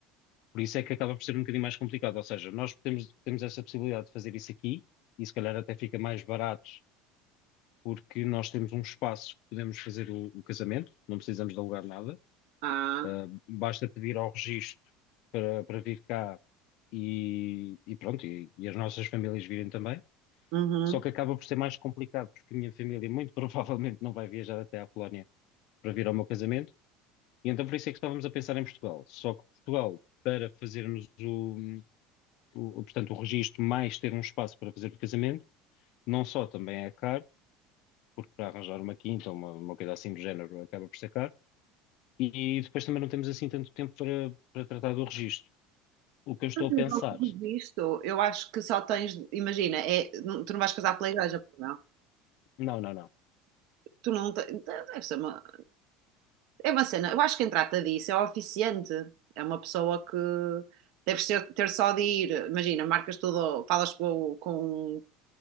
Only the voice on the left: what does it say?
Por isso é que acaba por ser um bocadinho mais complicado. Ou seja, nós temos, temos essa possibilidade de fazer isso aqui e se calhar até fica mais barato porque nós temos um espaço que podemos fazer o, o casamento, não precisamos de alugar nada.
Ah, basta pedir ao registro para, para vir cá e, e pronto, e, e as nossas famílias virem também.
Só que acaba por ser mais complicado, porque a minha família muito <laughs> provavelmente não vai viajar até à Polónia para vir ao meu casamento, E então por isso é que estávamos a pensar em Portugal. Só que Portugal, para fazermos o, o- portanto, o registro mais ter um espaço para fazer o casamento, não só também é caro, porque para arranjar uma quinta ou uma, uma coisa assim do género acaba por ser caro, e depois também não temos assim tanto tempo para, para tratar do registro. O que eu estou
a
pensar,
não, não, não,